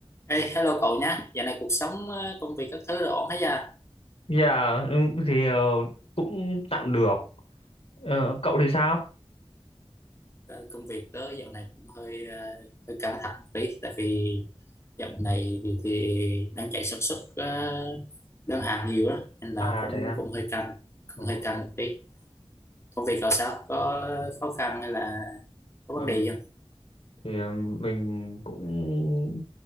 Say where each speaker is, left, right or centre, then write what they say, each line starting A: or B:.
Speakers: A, on the left; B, on the left.
A: Ê, hello cậu nhá, dạo này cuộc sống, ờ, công việc các thứ đều ổn hết à?
B: Dạ ừ, thì ờ, cũng tạm được. Ờ, cậu thì sao?
A: Ờ, Công việc tớ dạo này cũng hơi ờ, hơi căng thẳng một tí, tại vì dạo này thì, thì đang chạy sản xuất ờ, đơn hàng nhiều đó, nên là
B: À
A: cũng
B: thế à.
A: cũng hơi căng, cũng
B: Ờ,
A: hơi căng một tí. Công việc cậu sao? Có khó khăn hay là có
B: ờ,
A: vấn đề gì không?
B: thì ờ, mình cũng